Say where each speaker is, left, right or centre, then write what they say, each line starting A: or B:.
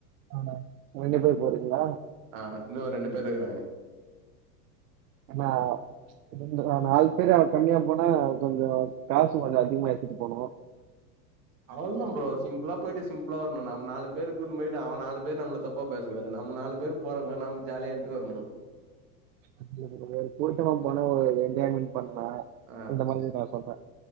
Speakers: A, on the right; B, on the right.
A: நானு ரெண்டு பேர் போறீங்ளா
B: ஆ இன்னு ஒரு ரெண்டு பேர் இருக்குறாங்க
A: என்னா ரெண்டு நாலு பேர் அதுக்கு கம்மியா போனா கொஞ்சோ காசு கொஞ்சோ அதிகமா எடுத்துட்டு போணு
B: அவள்தா ப்ரோ சிம்ப்ளா போய்ட்டு சிம்ப்ளா வரணு நம்ம நாலு பேரு கூட்னு போயிட்டு அவ நாலு பேரு நம்மல தப்பா பேசக்கூடாது நம்ம நாலு பேர் போறமா நம்ம ஜாலியா இன்ட்டு வரணு
A: அப்டி கெடையாது கூட்டமா போன ஒரு என்ஜாய்மெண்ட் பண்லா
B: ஆ
A: அந்த மாரி நா சொல்ற